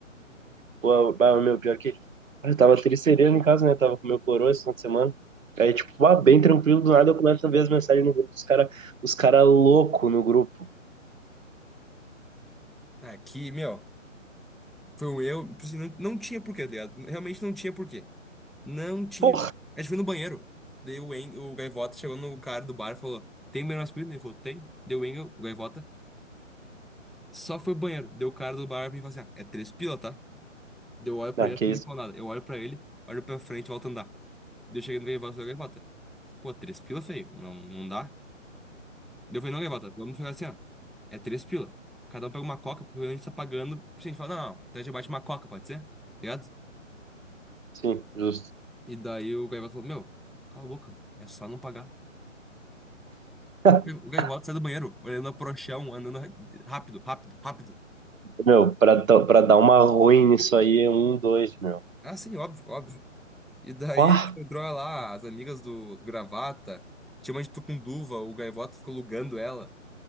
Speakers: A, on the right; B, in the centre.
A: Pô, bah, meu, pior que. Eu tava tricerendo em casa, né? Tava com meu coroa esse final de semana. Aí, tipo, ah, bem tranquilo, do nada eu começo a ver as mensagens no grupo, os cara, os cara louco no grupo.
B: Aqui, meu. Foi um erro, tipo assim, não, não tinha porquê, tá ligado? Realmente não tinha porquê. Não tinha.
A: Porra,
B: A gente foi no banheiro. Daí o, Eng, o Gaivota chegou no cara do bar e falou: Tem banheiro masculino? Ele falou: Tem. Deu o Engel, o Gaivota. Só foi ao banheiro. Deu o cara do bar pra mim e falou assim: ah, É três pila, tá? Deu olho pra
A: ah,
B: ele,
A: que
B: acho que
A: isso?
B: nem falou nada. Eu olho pra ele, olho pra frente e volto a andar. Daí eu cheguei no Gaivota e falei: Gaivota, pô, três pila, feio. Não, não dá. Daí eu falei: Não, Gaivota, vamos ficar assim, ó. É três pila. Cada um pega uma coca, porque a gente tá pagando. Tipo assim, A gente fala: Não, não, então a gente bate uma coca, pode ser? Tá Ligado?
A: Sim, justo.
B: E daí o Gaivota falou: Meu, cala a boca, é só não pagar.
A: <laughs>
B: O Gaivota sai do banheiro, olhando a prochão, andando ra- rápido, rápido, rápido.
A: Meu, pra, da- pra dar uma ruim nisso aí é um, dois, meu.
B: Ah, sim, óbvio, óbvio. E daí,
A: Pá!
B: tipo, entrou lá as amigas do Gravata, tinha uma de Tucunduva, o Gaivota ficou alugando ela.